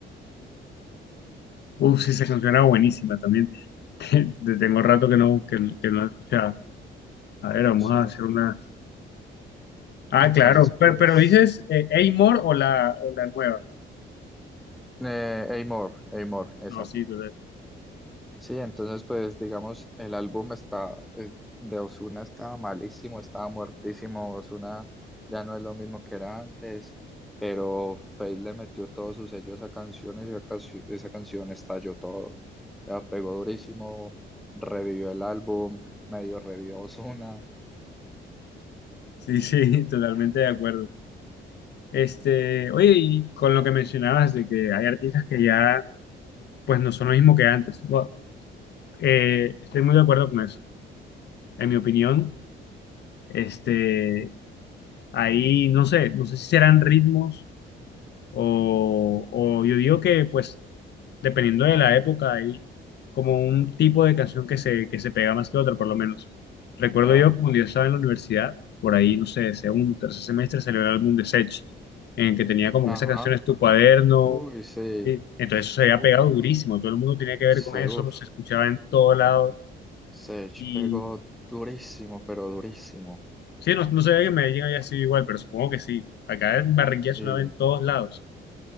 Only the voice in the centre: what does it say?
Sí.
Entonces,
pues,
eh, Amor, Amor, esa.
Sí, entonces pues digamos, el álbum está, eh, de Ozuna estaba malísimo, estaba muertísimo, Ozuna ya no es lo mismo que era antes, pero Feid le metió todo su sello a esa canción y esa, canci- esa canción estalló todo, ya pegó durísimo, revivió el álbum, medio revivió a Ozuna,
claro,
ajá,
uy, sí,
uff,
se,
uff,
Sech
pegó durísimo, pero durísimo,
sí.